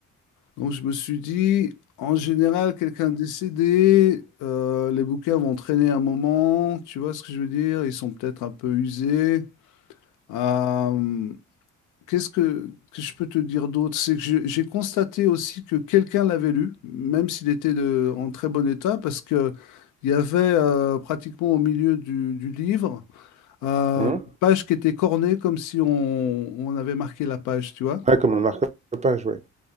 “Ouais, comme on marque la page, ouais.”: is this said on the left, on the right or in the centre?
Right